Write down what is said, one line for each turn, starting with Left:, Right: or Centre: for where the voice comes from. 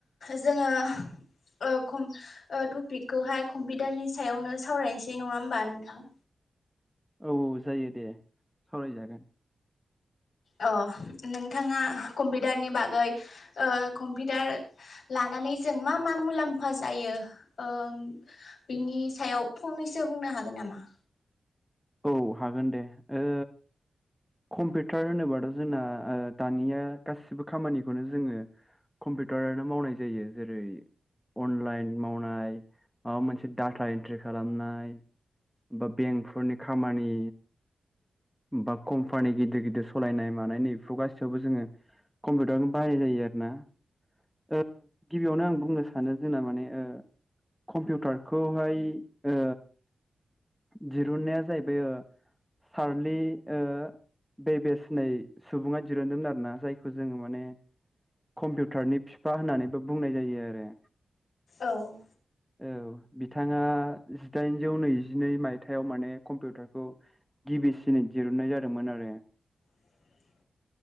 Left: जोङो ओ कम ओ टपिकखौहाय कम्पिउटारनि सायावनो सावरायनोसै नङा होमबा नोंथां
Centre: औ औ जायो दे सावरायजागोन
Left: अ नोंथाङा कम्पिउटारनि बागै ओ कम्पिउटार लानो लानानै जों मा मा मुलाम्फा जायो ओ बिनि सायाव फंनैसो बुंनो हागोनामा
Centre: औ हागोन दे ओ कम्पिउटार होनोबाथ' जोंना ओ दानिया गासिबो खामानिखौनो जोङो कम्पिउटारानो मावनाय जायो जेरै अनलाइन मावनाय माबा मोनसे डाटा एन्ट्रि खालामनाय बा बेंकफोरनि खामानि बा कम्पानि गिदिर गिदिर सलायनाय मानायनि बेफोर गासैयावबो जोङो कम्पिउटारावनो बाहाय जायो आरो ना ओ गिबियावनो आं बुंनो सानो जोंना माने ओ कम्पिउटारखौहाय ओ दिरुनाया जाहैबाय सारलि ओ बेबेेस होननाय सुबुङा दिरुनदोंमोन आरोना जायखौ जोङो माने कम्पिउटारनि फिफा होननानैबो बुंनाय जायो आरो
Left: औ
Centre: औ बिथाङा जिदाइनजौ नैजि जिनै मायथायाइाव माने कम्पिउटारखौ गिबिसिन दहुननाय जादोंमोन आरो
Left: <inaudible>